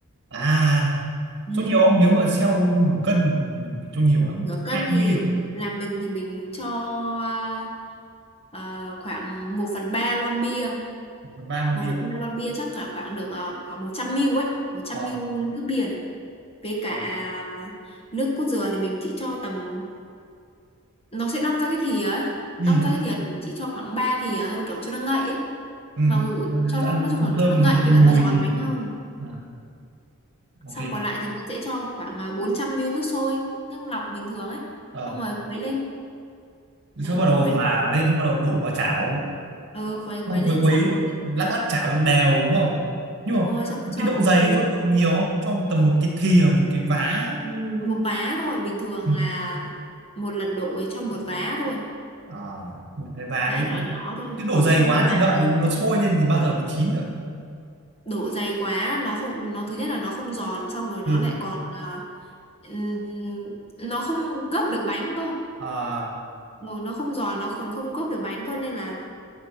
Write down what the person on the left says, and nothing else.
Ừ.
Nửa cân
thì
làm mình thì mình cho à, à, khoảng một phần 3 lon bia.
một
phần 3 lon bia chắc là khoảng được à, khoảng 100 ml ấy, 100
ml nước bia này. Với cả
nước cốt dừa thì mình chỉ cho tầm nó sẽ đong ra cái thìa ấy
đong ra cái thìa thì chỉ cho khoảng 3 thìa thôi kiểu cho nó ngậy ấy
mặc dù cho
nó nói chung
là
cho nó ngậy với
cả
nó giòn
bánh hơn
xong còn lại thì mình sẽ cho khoảng à, 400 ml nước sôi nước lọc bình thường ấy
xong rồi khuấy lên đấy
khuấy
ờ, khuấy
khuấy
lên
xong rồi
đúng
rồi xong rồi cho
ừ,
ừ, một vá thôi bình thường
là một lần đổ ấy, cho một vá thôi
vá
nhỏ
nhỏ thôi
ờ
xong
rồi
dàn
đều
độ dày quá nó không nó thứ nhất là nó không giòn xong rồi nó
lại còn à, ừm, nó không gấp được bánh cơ
rồi nó không giòn nó còn không gấp được bánh cơ nên là